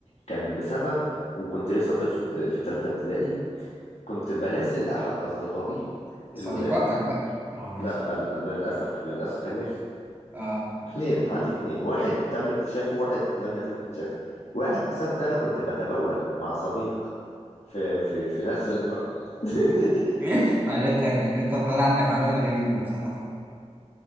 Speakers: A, on the left; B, on the right.
A: كان بسبب وكنت لسه طفل آه، في تالتة ابتدائي كنت براسل أحد أصدقائي
B: صديقاتك
A: الولاد
B: بقى اه ماشي
A: لا ال- ال- للأسف للأسف كان نفسي
B: اه
A: اتنين عندي اتنين واحد تم اكتشافه وواحد لم يتم اكتشافه واحد بسبب ان انا كنت بتبول مع صديق في في في نفس المرأة <laughs>
B: <laughs> قالت لك ان انت طالع عندك عادات غريبه بصراحه